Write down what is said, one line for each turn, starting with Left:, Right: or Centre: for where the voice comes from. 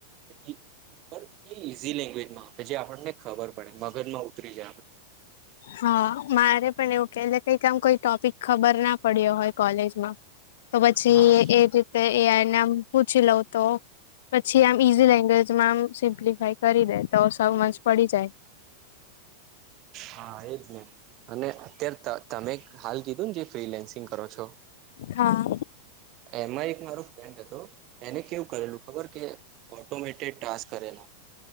Right: એ ઉપર થી ઈઝી લેંગ્વેજમાં જે આપણને ખબર પડે મગજમાં ઉતરી જાય આપડે.
Left: હા મારે પણ એવું કે કઈ કામ કોઈ ટોપિક ખબર ના પડ્યો હોય કોલેજ ના. તો પછી
Right: હા
Left: એ રીતે એ નેઆમ પૂછી લઉં તો પછી આમ ઈઝી લેંગજ મા સમ્પફાય કરી દે તો પડી જાય.
Right: હા એ જ ને અને અત્યારે ત તમે હાલ કીધું ને જે ફ્રીલેન્સિંગ કરો છો
Left: હા
Right: એમાં એક મારો ફ્રેન્ડ હતો એને કેવું કરેલું ખબર કે ઓટોમેટેડ ટાસ્ક કરેલા